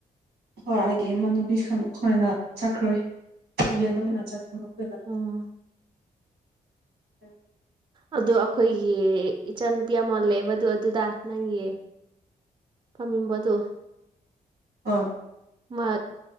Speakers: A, on the right; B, on the right.
A: ꯍꯣꯏ ꯑꯩꯒꯤ ꯏꯃꯥꯟꯅꯨꯕꯤ ꯈ ꯑꯣꯏꯅ ꯆꯠꯈ꯭ꯔꯣꯏ
B: ꯎꯝ
A: ꯒ ꯑꯗꯨꯝ ꯅꯅꯥꯆꯥ ꯈ ꯑꯃꯈꯗ
B: ꯎꯝ
A: ꯑꯣꯏꯅ
B: ꯑꯗꯨ ꯑꯩꯈꯣꯏꯒꯤ ꯏꯆꯥ ꯅꯨꯨꯄꯤ ꯑꯃꯜꯂꯕꯗꯨ ꯑꯗꯨꯗ ꯅꯪꯒꯤ ꯐꯃꯤꯝꯕ ꯑꯗꯨ
A: ꯑꯥ
B: ꯃ